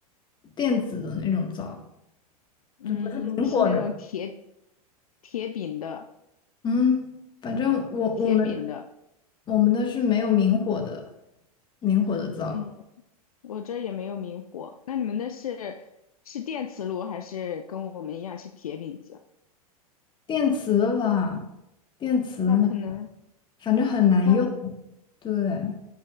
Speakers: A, on the left (about 25°); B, on the left (about 65°).
A: 电子的那种灶，
B: 嗯，
A: 就不是明火的？
B: 是那种铁铁饼的，
A: 嗯，反正我我们
B: 铁饼的。
A: 我们的是没有明火的，明火的灶，
B: 嗯，我这儿也没有明火。那你们那是是电磁炉还是跟我们一样是铁饼子？
A: 电磁的吧，电磁的那个，
B: 那可能
A: 反正很难用。
B: 那
A: 对，